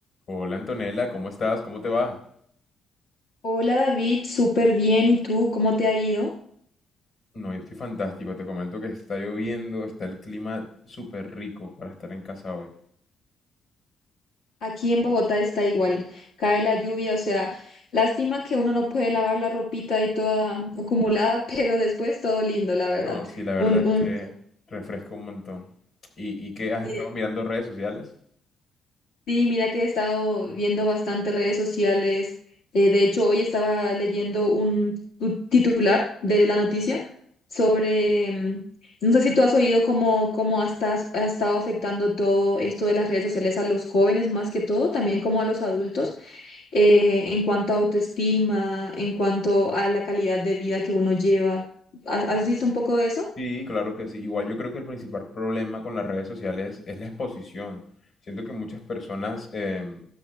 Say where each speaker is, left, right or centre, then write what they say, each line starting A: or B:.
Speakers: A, on the left; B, on the left.
A: Hola Antonella, ¿cómo estás? ¿Cómo te va?
B: Hola David, súper bien. ¿Y tú cómo te ha ido?
A: No, yo estoy fantástico. Te comento que está lloviendo, está el clima súper rico para estar en casa hoy.
B: Aquí en Bogotá está igual, cae la lluvia, o sea, lástima que uno no puede lavar la ropita y toda acumulada, <laughs> pero después todo lindo, la verdad.
A: No, sí, la verdad
B: Un,
A: es
B: un...
A: que refresca un montón. ¿Y, y qué has
B: sí.
A: estado mirando redes sociales?
B: Sí, mira que he estado viendo bastante redes sociales. Eh, de hecho, hoy estaba leyendo un tu- titular de la noticia sobre, mm, no sé si tú has oído cómo, cómo ha estás, ha estado afectando todo esto de las redes sociales a los jóvenes más que todo, también como a los adultos, eh, en cuanto a autoestima, en cuanto a la calidad de vida que uno lleva. has has visto un poco de eso?
A: Sí, claro que sí. Igual yo creo que el principal problema con las redes sociales es la exposición. Siento que muchas personas em,